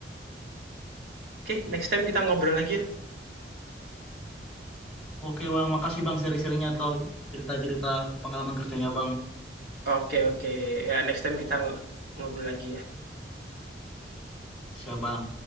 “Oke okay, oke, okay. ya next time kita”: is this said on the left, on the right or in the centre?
Right